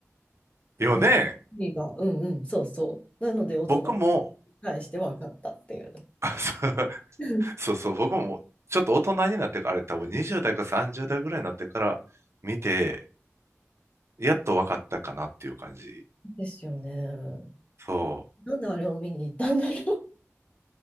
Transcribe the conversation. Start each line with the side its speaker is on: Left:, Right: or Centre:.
Right: よね。
Left: うん、意味が、うんうん、そうそう。なので、大人に
Right: 僕も、
Left: 返して分かったっていう。
Right: <laughs> あ
Left: うん
Right: そうそうそう、僕もちょっと大人になってから、あれ多分20代か30代ぐらいになってから見て、やっと分かったかなっていう感じ。
Left: ですよね。
Right: そ
Left: なんであれを見に行ったんだろ